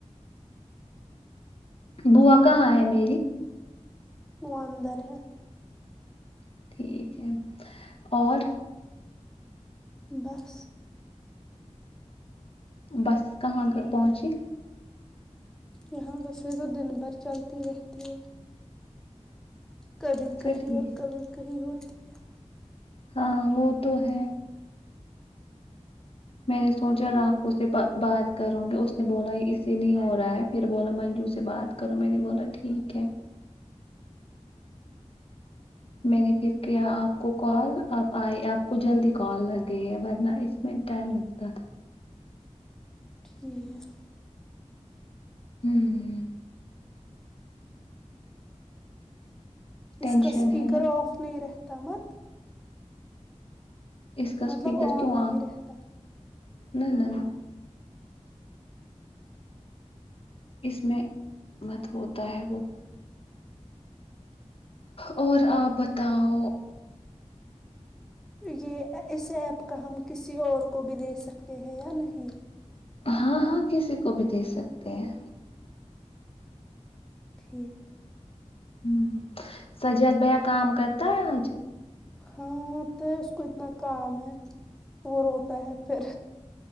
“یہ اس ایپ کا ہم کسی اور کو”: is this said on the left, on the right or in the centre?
Centre